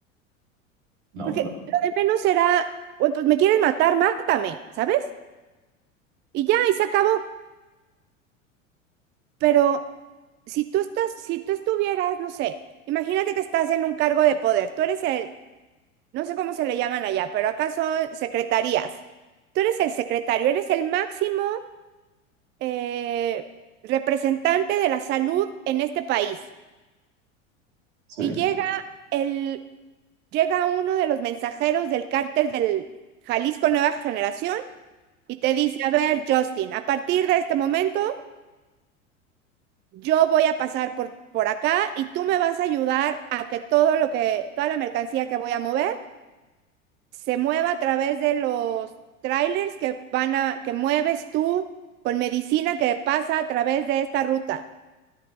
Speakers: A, on the right; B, on the right.
A: No,
B: Porque
A: claro.
B: lo de menos será, pues me quieren matar, mátame, ¿sabes? Y ya, y se acabó. Pero si tú estás, si tú estuvieras, no sé, imagínate que estás en un cargo de poder, tú eres el, no sé cómo se le llaman allá, pero acá son secretarías. Tú eres el secretario, eres el máximo eh, representante de la salud en este país.
A: Sí,
B: Y llega el, llega uno de los mensajeros del cártel del Jalisco Nueva Generación y te dice, a ver, Justin, a partir de este momento yo voy a pasar por, por acá y tú me vas a ayudar a que todo lo que, toda la mercancía que voy a mover se mueva a través de los trailers que van a, que mueves tú con medicina que pasa a través de esta ruta.